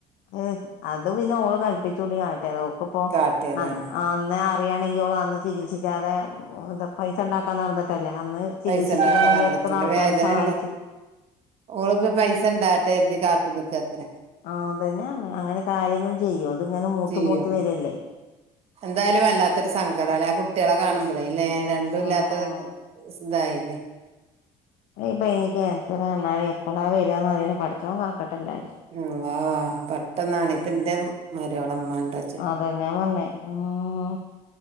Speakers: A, on the left; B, on the right.
A: ഏഹ് അത് പിന്നെ ഓള് കല്പ്പിച്ചൂട്ടി കാട്ടിയതാ ഓക്ക്പ്പോ
B: കാട്ടിയതാണ്
A: അന്നേ അന്നറിയാണെങ്കി ഓളന്ന് ചികിത്സിക്കാതെ ന്താ പൈസണ്ടാക്കാ നട്ന്ന്ട്ടല്ലേ അന്ന് ചികിത്സിച്ചിക്കണെങ്കി
B: പൈസണ്ടാക്കാ നട്ന്ന്ട്ടല്ലേ
A: എത്ര ആൾക്കാര്
B: വേദനല്ലേ
A: സഹായിച്ചു
B: ഓള്പ്പം പൈസണ്ടാട്ടെര്തി കാത്ത്ന്നക്കാത്രേ
A: ആ അതന്നെയറ്‌ഞ്ഞേ അങ്ങനെക്കെ ആരെങ്കിലു ചെയ്യോ? ഇത്ങ്ങനെ മൂത്ത്
B: ചെയ്യോ
A: മൂത്ത് വെരല്ലേ
B: എന്തായാലും വല്ലാത്തൊരു സങ്കടാലെ ആ കുട്ടിയളെ കാണുമ്പളേല്ലേ രണ്ടുല്ലാത്ത
A: ഉം
B: <unintelligible> തായില്ലേ
A: അയിന്‌പൈന് കാൻസറാറ്ഞ്ഞാല് എപ്പളാ വെരാന്നറീല പടച്ചോം കാക്കട്ടെല്ലാരിം
B: അള്ളാ പെട്ടെന്നാണിപ്പന്റെ മരോളമ്മന്റെ
A: അതന്നാ പറഞ്ഞേ മ്